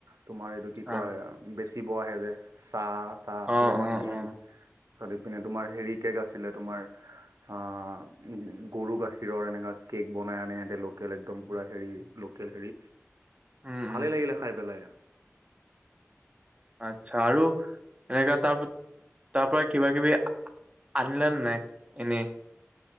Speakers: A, on the right (about 85°); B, on the right (about 20°).
A: তোমাৰ এইটো কি কয়
B: অ
A: বেচিব আহে যে চাহ তাহ
B: অ
A: লেমন
B: অ
A: টি
B: অ।
A: <unintelligible> নে তোমাৰ হেৰি কেক আছিলে তোমাৰ। অ', গৰু গাখীৰৰ এনেকা কেক বনাই আনে সিহঁতে লোকেল একদম পুৰা হেৰি ল' লোকেল হেৰি,
B: উম
A: ভালে
B: উম
A: লাগিলে খাই পেলাই।
B: আচ্ছা আৰু এনেকা তাৰ তাৰ পৰা কিবা কিবি আ <unintelligible> নাই এনে